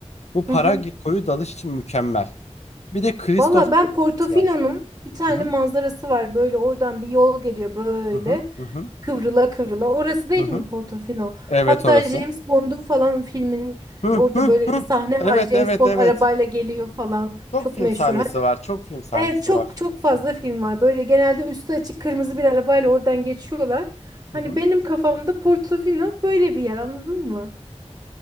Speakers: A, on the left; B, on the right.
A: Bu Paragi
B: <laughs>
A: koyu dalış için mükemmel. Bir de Kristof
B: Valla ben Portofino'nun
A: var.
B: bir tane
A: Hı hı
B: manzarası var. Böyle oradan bir yol geliyor böyle.
A: hı hı hı hı.
B: Kıvrıla kıvrıla. Orası değil
A: hı hı.
B: mi Portofino? Hatta
A: Evet orası.
B: James Bond'un falan filminin
A: Hı
B: orada
A: hı
B: böyle
A: hı.
B: bir sahne
A: Evet
B: var. James
A: evet
B: Bond
A: evet.
B: arabayla geliyor falan.
A: Çok
B: Çok
A: film
B: meşhur.
A: sahnesi
B: Hani,
A: var. Çok film sahnesi
B: evet çok
A: var.
B: çok fazla film var. Böyle genelde üstü açık kırmızı bir arabayla oradan geçiyorlar. Hani
A: Hı hı.
B: benim kafamda Portofino böyle bir yer anladın mı?